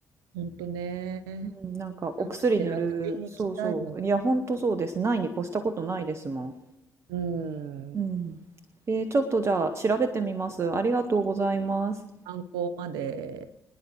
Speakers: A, on the right; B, on the right.
A: ほんとね。
B: うん、なんかお薬塗る、
A: 直して楽天に行きたいもん。
B: そうそう。いや、ほんとそうです。ないに越したことないですもん。
A: うん。
B: うん。えー、ちょっとじゃあ調べてみます。ありがとうございます。
A: 観光まで。